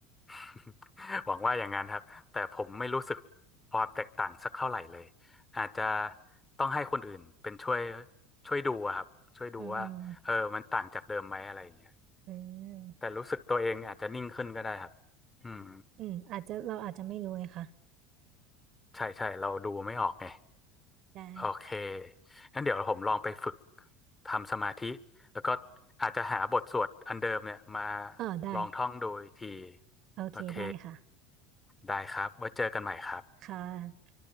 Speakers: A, on the left (about 15°); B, on the right (about 55°).
A: <laughs> หวังว่าอย่างนั้นครับแต่ผมไม่รู้สึกความแตกต่างสักเท่าไหร่เลยอาจจะต้องให้คนอื่นเป็นช่วยช่วยดูอะครับช่วยดูว่าเออมันต่างจากเดิมไหมอะไรอย่างเงี้ย
B: อืมอืมอืม
A: แต่รู้สึกตัวเองอาจจะนิ่งขึ้นก็ได้ครับอืม
B: อืมอาจจะเราอาจจะไม่รู้เลยค่ะ
A: ใช่ใช่เราดูไม่ออกไง
B: ได้
A: โอเคงั้นเดี๋ยวผมลองไปฝึกทำสมาธิ แล้วก็อาจจะหาบทสวดอันเดิมเนี่ยมา
B: เอ่อได้
A: ลองท่องดูอีกที
B: โอเคได้ค่ะ
A: โอเคได้ครับไว้เจอกันใหม่ครับ
B: ค่ะ